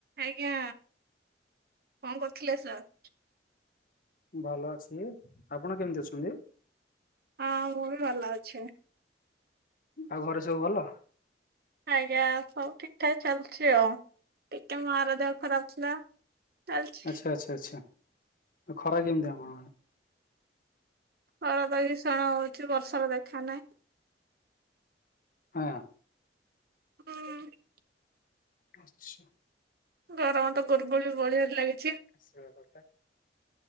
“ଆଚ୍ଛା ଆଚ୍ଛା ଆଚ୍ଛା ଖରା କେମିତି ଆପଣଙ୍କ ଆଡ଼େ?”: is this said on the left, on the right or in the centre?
Left